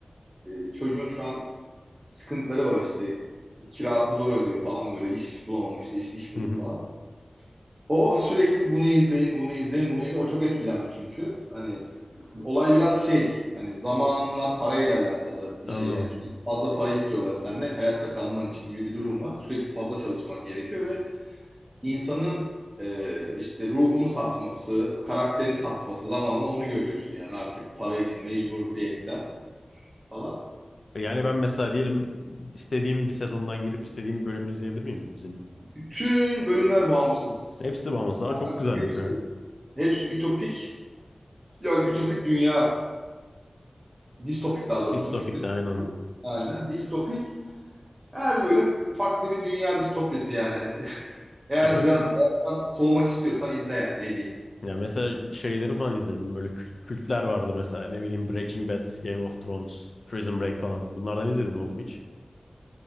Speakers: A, on the right; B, on the left.
A: e, çocuğun şu an sıkıntıları var işte kirasını zor ödüyor falan böyle iş bulamamıştı iş, iş buldu
B: Hı hı.
A: falan. O sürekli bunu izleyin bunu izleyin bunu izleyin o çok etkilenmiş çünkü hani olay biraz şey hani zamanla parayla alakalı bir
B: Anladım.
A: şey yani sürekli fazla para istiyorlar senden hayatta kalman için gibi bir durum var sürekli fazla çalışman gerekiyor ve insanın e, işte ruhunu satması, karakterini satması zamanla onu görüyorsun yani artık para için mecburiyetten falan.
B: Yani ben mesela diyelim istediğim bir sezondan girip istediğim bir bölümünü izleyebilir miyim bu dizinin?
A: Bütün bölümler bağımsız.
B: Hepsi bağımsız. Aa, çok güzelmiş
A: Hepsi,
B: o ya.
A: hepsi ütopik. Yani ütopik dünya, distopik daha doğrusu.
B: Distopik'te
A: Ütopik de distopik.
B: aynen.
A: aynen. Distopik. Her bölüm farklı bir dünya distopyası yani. <laughs> Eğer
B: Hep öyle
A: biraz hayattan soğumak istiyorsan izle yani ne diyeyim.
B: ya mesela şeyleri falan izledim. Böyle kült- kültler vardır mesela. Ne bileyim Breaking Bad, Game of Thrones, Prison Break falan. Bunlardan izledin oldum hiç.